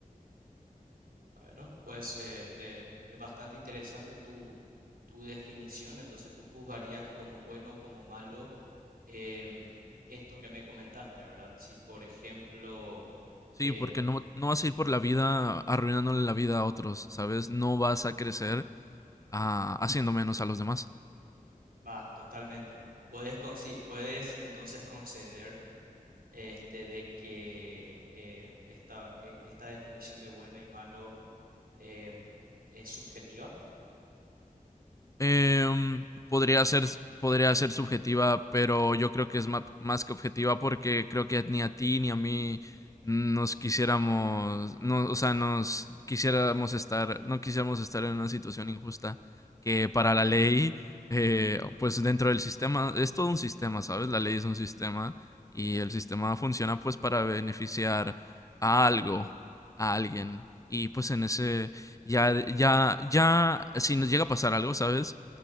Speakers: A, on the right; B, on the left.
A: Bueno, pues eh, este, es bastante interesante tu, tu definición. Entonces, tú juzgarías como bueno, como malo em, esto que me comentaste, ¿verdad? Si, por ejemplo,
B: Sí,
A: em,
B: porque no, no vas a ir por la vida arruinándole la vida a otros, ¿sabes? No vas a crecer ah, haciendo menos a los demás.
A: va, totalmente. Puedes, consi- puedes entonces conceder este, de que eh, esta, e- esta definición de bueno y malo em, es subjetiva.
B: Em, podría ser, podría ser subjetiva, pero yo creo que es ma- más, que objetiva porque creo que ni a ti ni a mí nos quisiéramos, no, o sea, nos quisiéramos estar, no quisiéramos estar en una situación injusta que para la ley, eh, pues dentro del sistema, es todo un sistema, ¿sabes? La ley es un sistema y el sistema funciona pues para beneficiar a algo, a alguien. Y pues en ese, ya, ya, ya, si nos llega a pasar algo, ¿sabes?